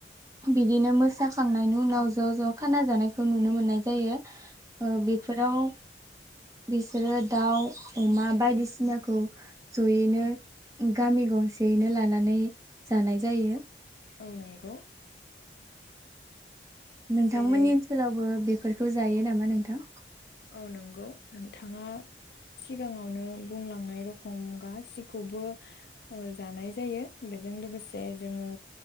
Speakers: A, on the right; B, on the left.
A: बिदिनो मोसाखांनायनि उनाव ज' ज' खाना जानायखौ नुनो मोननाय जायो। औ बेफोराव बिसोरो दाउ अमा बायदिसिनाखौ ज'यैनो गामि गंसेयैनो लानानै जानाय जायो।
B: औ नंगौ
A: नोंथांमोननि
B: जेरै
A: ओनसोलावबो बे फोरफोरखौ जायो नामा नोंथां
B: औ नंगौ नोंथाङा सिगाङावनो बुंलांनाय रखम गासिखौबो ओ जानाय जायो बेजों लोगोसे जोङो